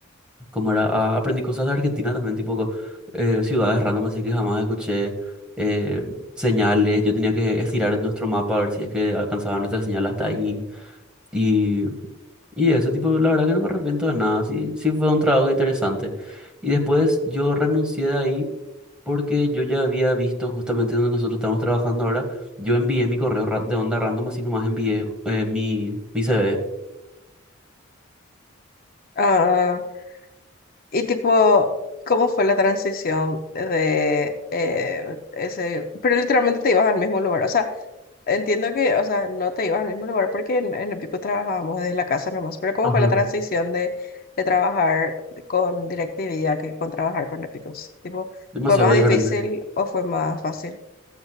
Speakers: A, in the centre; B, on the left (about 45°).
A: ¿cómo era? A- aprendí cosas de Argentina también, tipo co- eh, ciudades random, así que jamás escuché. eh, señales, yo tenía que estirar en nuestro mapa a ver si es que alcanzaba nuestra señal hasta ahí. Y, y eso, tipo, la verdad que no me arrepiento de nada, sí, sí fue un trabajo interesante. Y después yo renuncié de ahí porque yo ya había visto justamente donde nosotros estamos trabajando ahora, yo envié mi correo ra- de onda random, así nomás envié eh, mi, mi CV.
B: Ah, y tipo, ¿cómo fue la transición de eh, ese? Pero literalmente te ibas al mismo lugar. O sea, entiendo que, o sea, no te ibas al mismo lugar porque en, en el pico trabajábamos desde la casa nomás. Pero ¿cómo
A: Ajá,
B: fue la transición de, de trabajar con DirecTV ya que con trabajar con Epicus? Tipo,
A: demasiado
B: ¿fue más
A: diferente.
B: difícil o fue más fácil?